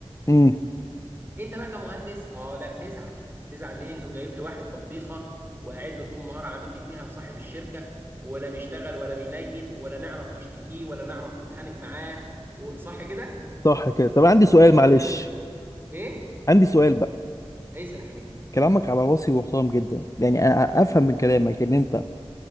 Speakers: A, on the left (about 30°); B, on the right (about 20°).
A: امم
B: انت بقى كمهندس اه لا تزعل تزعل ليه انه جايب لي واحد بطيخه وقاعد له طول النهار عامل لي فيها صاحب الشركه ولا بيشتغل ولا بينيل ولا نعرف نشتكيه ولا نعرف نتخانق معاه وصح كده
A: صح كده طب عندي سؤال
B: هو
A: معلش
B: ده ده اللي بيحصل ايه
A: عندي سؤال بقى
B: ايسر يا حبيبي
A: كلامك على راسي وحرام جدا يعني انا افهم من كلامك ان انت